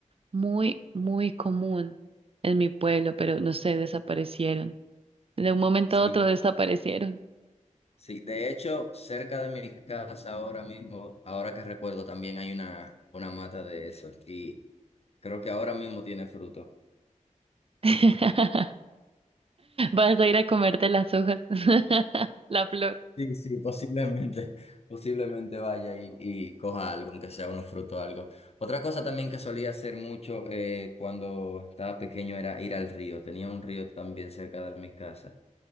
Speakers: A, on the right; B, on the left.
A: muy, muy común en mi pueblo, pero no sé, desaparecieron. De un momento
B: Sí.
A: a otro desaparecieron.
B: Sí, de hecho, cerca de mi casa ahora mismo, ahora que recuerdo, también hay una, una mata de eso y creo que ahora mismo tiene fruto.
A: <laughs> Vas a ir a comerte las hojas, <laughs> la flor.
B: Sí, sí, posiblemente, <laughs> posiblemente vaya y, y coja algo, aunque sea unos frutos o algo. Otra cosa también que solía hacer mucho eh, cuando estaba pequeño era ir al río. Tenía un río también cerca de mi casa